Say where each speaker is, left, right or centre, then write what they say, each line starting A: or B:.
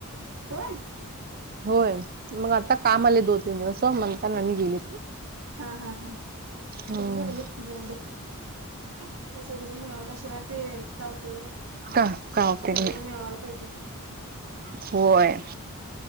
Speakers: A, on the right; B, on the right.
A: होय.
B: होय मग आता काम आले दोन तीन दिवस हो म्हणतानानी गेले.
A: हा हा हा
B: हम्म
A: बरं झालं गे जाऊन द्या.. का सगळेजण मिळवल्याशिवाय प का उपयोग नाही
B: का का उपयोग
A: सगळेजण
B: नाही
A: मिळवायला पाहिजे.
B: होय.